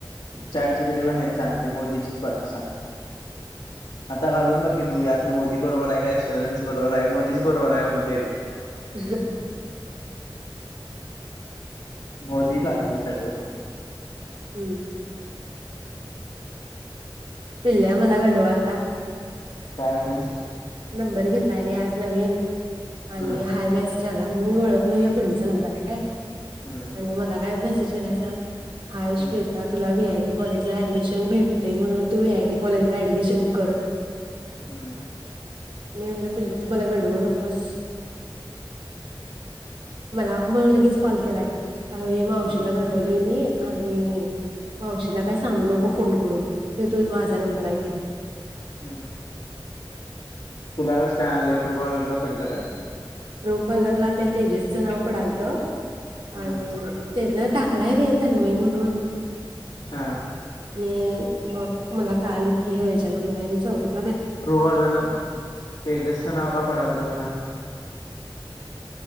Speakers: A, on the left; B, on the right.
A: Chat G. पी. टी पण हेच सांगते मोदीचीच बाजू सांगतं. आता घालून बघ‌ कि तू यात मोदी बरोबराय का स्टुडटस बरोबराय मोदीच बरोबराय म्हणते ते.
B: <unintelligible>
A: मोदीच आहे ते सगळं.
B: हम्म. पिल्ल्या मला गंडवालता.
A: काय म्हणून.
B: नंबर घेतलाय रे आज नवीन आणि
A: हम्म
B: हाय मेस् -ज आला मंग मी ओळखलो ह पिल्लुचं नंबराय काय
A: हम्म
B: आणि मला काय मेसेज केलायसा हाय
A: हम्म
B: श्वेता तुला व्ही. आय. टी. कॉलेजला ऍडमिशन भेटतंय म्हणून तू व्ही. आय. टी. कॉलेजला ऍडमिशन कर.
A: हम्म.
B: मी म्हणलं पिल्लू तू मला गंडवू नक् बस मला, मला लगेच कॉल केलाय. अ हे माऊशीला
A: हम्म
B: गंडवलंय मी आणि मावशीला काय सांगू नको फोन करून हे तू माझा नंबराय ते.
A: हम्म. तुला कसं काय आलं ट्रू कॉलर ला पडलं काय?
B: ट्रू कॉलरला त्या तेजसचं नाव पडाल्तं.
A: हम्म
B: आणि तेनं टाकलाय रे तन्मय म्हणून
A: हा.
B: आणि मग मला कळालं की ह्यो ह्याचा नंबर हाय <unintelligible>
A: ट्रुकॉलरला तेजसचा नाव का पडालतं म्हण?